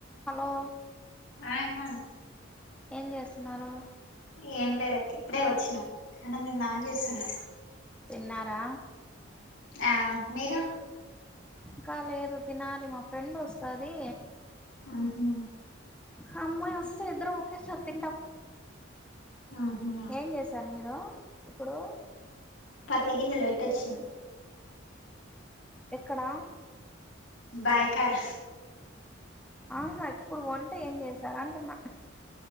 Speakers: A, in the centre; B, on the left (about 75°).
A: Hello
B: ఆ అక్క
A: ఏం చేస్తున్నారు
B: ఏం లేదు అక్క ఇప్పుడే వచ్చినాం అన్నం తిందామని చూస్తున్నా
A: తిన్నారా
B: ఆ మీరు
A: ఇంకా లేదు తినాలి మా ఫ్రెండ్ వస్తది
B: ఆహా
A: ఆ అమ్మాయి వస్తే ఇద్దరం ఒకేసారి తింటాం
B: ఉహు
A: ఏం చేశారు మీరు ఇప్పుడు
B: పత్తి గింజలు పెట్టి వచ్చిన
A: ఎక్కడా
B: బాయికాడ
A: ఆహా ఇప్పుడు వంటే ఏం చేశారు అంటున్నా